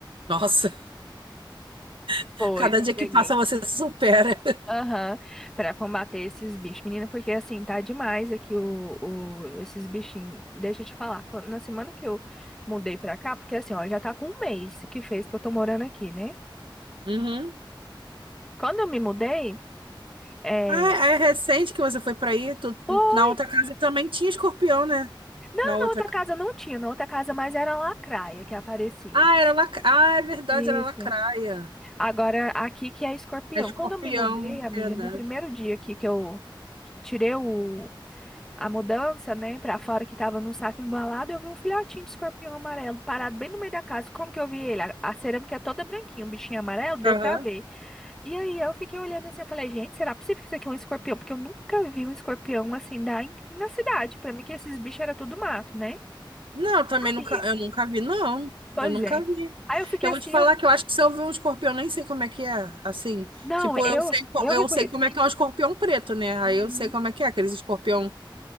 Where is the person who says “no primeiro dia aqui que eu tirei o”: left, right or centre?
Centre